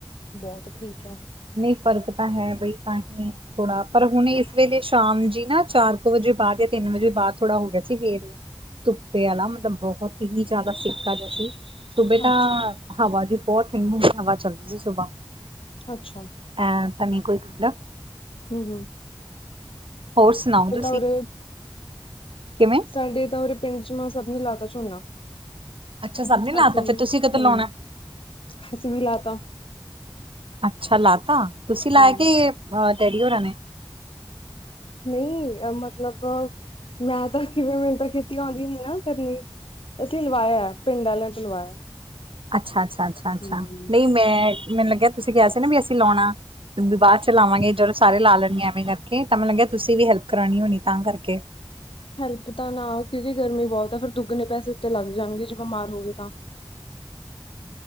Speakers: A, on the left; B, on the right.
A: ਬੋਤ ਠੀਕ ਹੈ
B: ਨਹੀਂ ਫਰਕ ਤਾਂ ਹੈ ਬਈ ਤਾਂ ਹੀ। ਥੋੜਾ ਪਰ ਹੁਣ ਇਸ ਵੇਲੇ ਸ਼ਾਮ ਜੀ ਨਾ ਚਾਰ ਕੁ ਵਜੇ ਬਾਅਦ ਜਾਂ ਤਿੰਨ ਵਜੇ ਬਾਅਦ ਥੋੜਾ ਹੋ ਗਿਆ ਸੀ ਫਿਰ ਧੁੱਪੇ ਵਾਲਾ ਮਤਲਬ ਬੋਤ ਹੀ ਜ਼ਿਆਦਾ ਸੇਕਾ ਜਿਹਾ ਸੀ ਸੁਬੇ ਤਾਂ
A: ਅੱਛਾ
B: ਹਵਾ ਜੀ ਬੋਤ ਠੰਡੀ ਠੰਡੀ ਹਵਾ ਚੱਲਦੀ ਸੀ ਸੁਬਾਹ
A: ਅੱਛਾ
B: ਅ ਤਾ ਨੀ ਕੋਈ ਗ ਲ
A: ਹੂੰ-ਹੂੰ,
B: ਹੋਰ ਸੁਣਾਓ ਤੁਸੀਂ
A: ਉਰੇ
B: ਕਿਵੇਂ
A: ਸਾਡੇ ਤਾਂ ਉਰੇ ਪਿੰਡ ਚ ਮੈਂ ਸਭਨੇ ਲਾ ਤਾ ਝੋਨਾ
B: ਅੱਛਾ ਸਭ ਨੇ ਲਾਤਾ
A: ਅਸੀਂ
B: ਫਿਰ
A: ਵੀ
B: ਤੁਸੀਂ ਕਦੋਂ
A: ਹੂੰ
B: ਲਾਉਣਾ?
A: ਅਸੀਂ ਵੀ ਲਾ ਤਾ,
B: ਅੱਛਾ ਲਾ ਤਾ ਤੁਸੀਂ ਲਾਇਆ
A: ਹਾਂ
B: ਕੇ ਡੈਡੀ ਹੋਰਾਂ ਨੇ
A: ਨਹੀਂ ਮਤਲਬ ਮੈਂ ਤਾਂ ਕਿਵੇਂ ਮੈਨ ਤਾਂ ਖੇਤੀ ਆਉਂਦੀ ਨੀ ਨਾ ਕਰਨੀ ਅਸੀਂ ਲਵਾਇਆ ਪਿੰਡ ਵਾਲਿਆਂ ਤੋਂ ਲਵਾਇਆ
B: ਅੱਛਾ ਅੱਛਾ ਅੱਛਾ ਅੱਛਾ
A: ਹੂੰ
B: ਨਹੀਂ ਮੈਂ ਮੈਨੂੰ ਲੱਗਿਆ ਤੁਸੀਂ ਕਿਹਾ ਸੀ ਨਾ ਵੀ ਅਸੀਂ ਲਾਉਣਾ ਵ ਚ ਲ ਮਗੇ ਜ, ਸਾਰੇ ਲਾ ਲੈਣੀਆਂ ਐਵੇਂ ਕਰਕੇ ਤਾਂ ਮੈਨੂੰ ਲੱਗਿਆ ਤੁਸੀਂ ਵੀ ਹੈਲਪ ਕਰਾਣੀ ਹੋਣੀ ਤਾਂ ਕਰਕੇ
A: ਹੈਲਪ ਤਾਂ ਨਾ ਕਿਉਂਕਿ ਗਰਮੀ ਬੋਤ ਆ ਫਿਰ ਦੁੱਗਣੇ ਪੈਸੇ ਉੱਤੇ ਲੱਗ ਜਾਣਗੇ ਜੇ ਬਿਮਾਰ ਹੋ ਗਏ ਤਾਂ
B: <unintelligible>